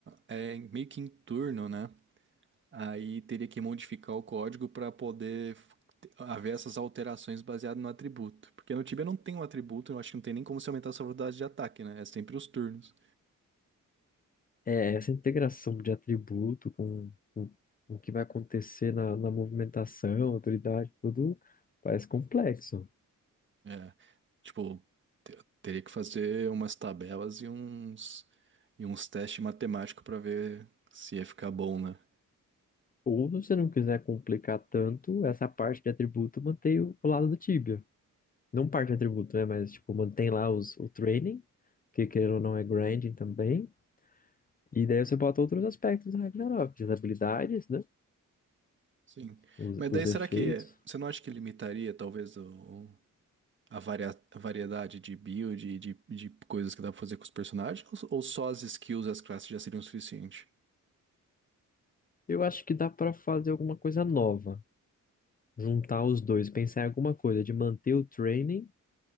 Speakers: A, on the right; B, on the left.
A: é meio que em turno, né? Aí teria que modificar o código para poder f- haver essas alterações baseadas no atributo. Porque no Tibia não tem um atributo, eu acho que não tem nem como se aumentar a sua velocidade de ataque, né? É sempre os turnos.
B: É essa integração de atributo com, com com o que vai acontecer na, na movimentação, autoridade, tudo parece complexo.
A: É, tipo, te- teria que fazer umas tabelas e uns, e uns testes matemáticos para ver se ia ficar bom, né?
B: Ou se você não quiser complicar tanto, essa parte de atributo mantém o, o lado do Tibia. Não parte de atributo, né? Mas tipo, mantém lá os, o training, que querendo ou não é grinding também. E daí você bota outros aspectos do Ragnarok, as habilidades, né?
A: Sim.
B: Os,
A: Mas daí
B: os
A: será
B: efeitos.
A: que você não acha que limitaria talvez o, a, varia, a variedade de build e de, de coisas que dá pra fazer com os personagens? Ou, ou só as skills e as classes já seriam o suficiente?
B: Eu acho que dá pra fazer alguma coisa nova. Juntar os dois, pensar em alguma coisa de manter o training